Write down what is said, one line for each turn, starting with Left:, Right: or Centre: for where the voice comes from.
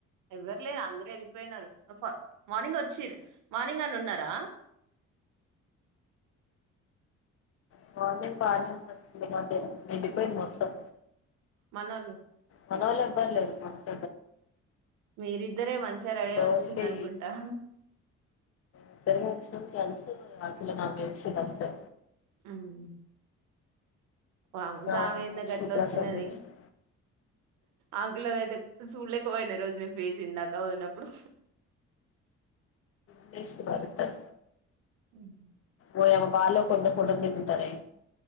Right: ఎవ్వర్ లే అందురెళ్ళిపోయ్నారు మ ఫా మార్నింగొచ్చిర్రు మార్నింగనున్నారా.
Left: <unintelligible> నే డిపెండ్ మొత్తం.
Right: మనోల్లు.
Left: మనోల్లెవ్వర్లేరు మన.
Right: మీరిద్దరే మంచిగ రెడైవొచ్చిందనుకుంటా.
Left: ఓన్లీ ఇద్దమొచ్చినం కల్సి అట్ల నవ్విచ్చిర్రంతే.
Right: ఉమ్ వామ్ గామెందగట్లొచ్చినది
Left: ఆ లక్ష్మీ ప్రసాద్ తెచ్చింది
Right: ఆకులదైతే. సూల్లేకబోయ్న ఈ రోజు నేను ఫేసు ఇందాక పొయ్నప్పుడు.
Left: ప్లేస్లు మారుద్దాం
Right: ఉమ్
Left: వొ బాలో కొందు కొడు తింటరే.